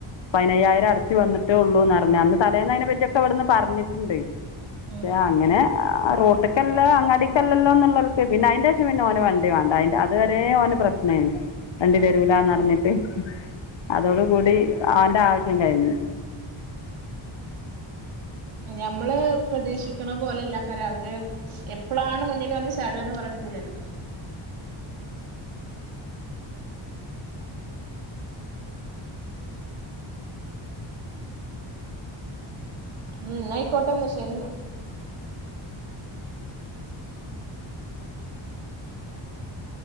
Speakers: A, on the left; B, on the right.
A: പതിനയ്യായിരം അടച്ച് വന്നിട്ടേ ഉള്ളൂന്നറഞ്ഞു അന്ന് തലേന്ന് അതിനെ പറ്റിയൊക്ക ഇവിടുന്ന് പറഞ്ഞിട്ടിണ്ട്
B: ഉം
A: യാ അങ്ങനെ ആഹ് റോഡ് ഒറ്റക്കല്ല അങ്ങടിക്കല്ലല്ലോന്നുള്ളവക്ക് പിന്നെ അതിന്റേഷം പിന്നെ ഓന് വണ്ടി വേണ്ട അതിന്റ അത് വരേ ഓന് പ്രശ്നേയിരുന്നു. വണ്ടി
B: ആഹ്
A: തരൂല്ലാന്നറിഞ്ഞിട്ട് അതോട് കൂടി അവന്റാവശ്യം കഴിഞ്ഞു.
B: ഞമ്മള് പ്രതീക്ഷിക്കണ പോലെ അല്ല കാരം അവര് എപ്പളാണ് മുന്നില് വന്ന് ചാടുകാന്ന് പറയാൻ പറ്റൂ ലാലോ ഉം എന്നായിക്കോട്ടേന്ന ശെരീന്ന